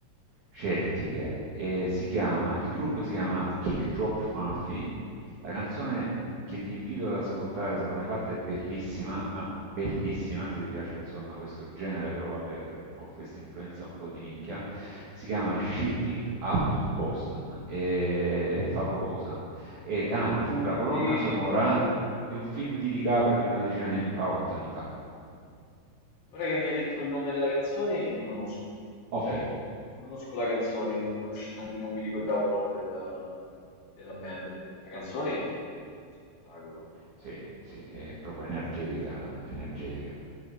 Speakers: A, on the right; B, on the left.
A: celtiche e si chiama, il gruppo si chiama Kick Drop Murphy la canzone che ti invito ad ascoltare, se non l'hai fatta, è bellissima, ma bellissima, se ti piace insomma questo genere, però vabbè, con questa influenza un po' di nicchia, si chiama Shipping Up to Boston, è favolosa. E, ah, fu la
B: Non
A: colonna
B: li-
A: sonora
B: ora che
A: di un film di DiCaprio di una decina di anni fa, otto anni fa.
B: Ora che mi hai detto il nome della canzone, li conosco.
A: Ok,
B: Cioè, conosco la canzone, non, conosce- non- non mi ricordavo il nome della, della band. La canzone è uno spettacolo.
A: sì, sì, è proprio
B: Grazie,
A: energetica,
B: la canzone è una-
A: energetica.